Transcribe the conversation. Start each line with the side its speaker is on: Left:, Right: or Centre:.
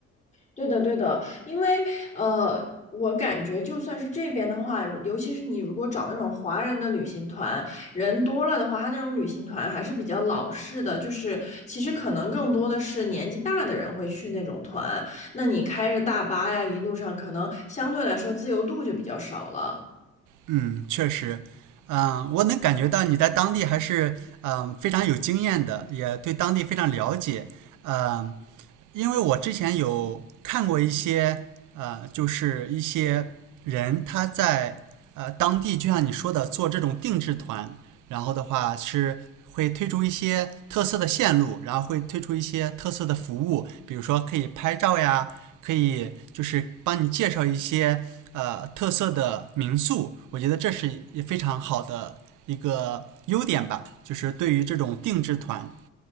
Left: 对的，对的，因为呃，我感觉就算是这边的话，尤其是你如果找那种华人的旅行团，人多了的话，他那种旅行团还是比较老式的，就是其实可能更多的是年纪大的人会去那种团，那你开着大巴呀，一路上可能相对来说自由度就比较少了。
Right: 嗯，确实，嗯，我能感觉到你在当地还是嗯非常有经验的，也对当地非常了解。嗯、因为我之前有看过一些，呃，就是一些人他在呃当地，就像你说的做这种定制团，然后的话是会推出一些特色的线路，然后会推出一些特色的服务，比如说可以拍照呀，可以就是帮你介绍一些呃特色的民宿，我觉得这是也非常好的一个优点吧，就是对于这种定制团，